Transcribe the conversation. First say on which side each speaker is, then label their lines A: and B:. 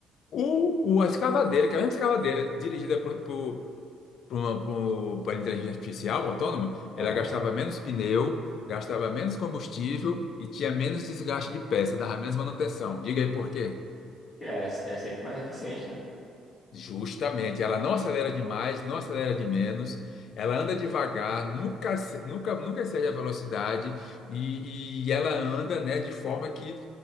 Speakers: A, on the left; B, on the left.
A: O, o- a escavadeira, que é a mesma escavadeira dirigida por, por, por, uma- por, por inteligência artificial autônoma, ela
B: Aham.
A: gastava menos pneu, gastava menos combustível e tinha menos desgaste de peça, dava menos manutenção. Diga aí por quê?
B: É, é sempre mais eficiente, né?
A: Justamente, ela não acelera demais, não acelera de menos, ela anda devagar, nunca, ace- nunca, nunca excede a velocidade e, e ela anda, né, de forma que